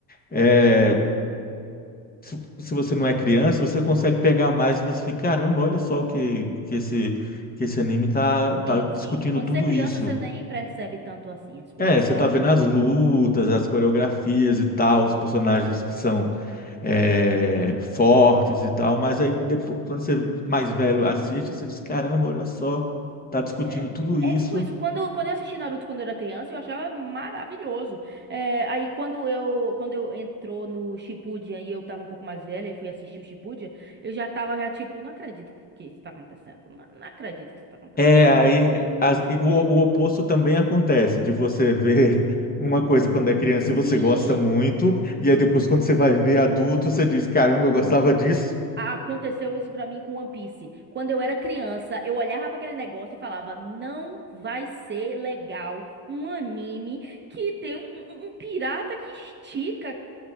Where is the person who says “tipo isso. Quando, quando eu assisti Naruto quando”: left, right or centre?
Right